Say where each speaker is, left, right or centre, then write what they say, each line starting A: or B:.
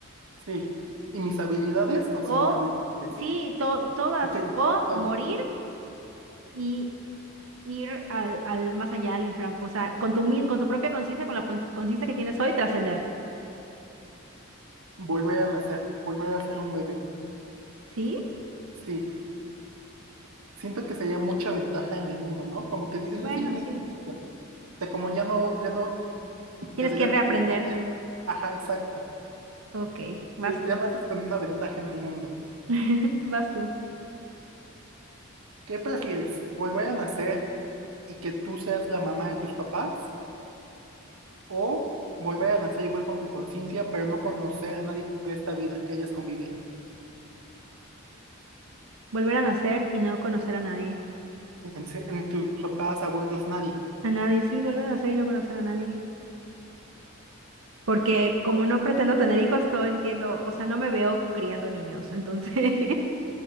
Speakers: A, on the right; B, on the right.
A: sí. ¿Y mis habilidades o
B: O,
A: sin mis habilidades?
B: sí, to- todas,
A: Ok,
B: o
A: entonces,
B: morir y ir al, al más allá, al infra, o sea, con tu, mi- con tu propia conciencia, con la pon- conciencia que tienes hoy, trascender,
A: volver a nacer, volver a ser un bebé.
B: ¿sí?
A: Sí, siento que sería mucha ventaja en el mundo, ¿no? Como que dicen,
B: Bueno,
A: ese niño
B: sí.
A: tiene que- O sea, como ya no, ya no
B: Tienes
A: te adelantas.
B: que reaprender.
A: Ajá, exacto.
B: Ok, vas
A: Que
B: tú.
A: ya naces con una ventaja en el mundo.
B: <laughs> Vas tú.
A: ¿Qué prefieres? ¿Volver a nacer y que tú seas la mamá de tus papás? ¿O volver a nacer igual con tu conciencia, pero no conocer a nadie de esta vida que hayas convivido?
B: Volver a nacer y no conocer a nadie.
A: En, se- en tus papás, abuelos, nadie.
B: A nadie, sí, volver a nacer y no conocer a nadie. Porque como no pretendo tener hijos, no entiendo, o sea, no me veo criando niños, entonces <laughs>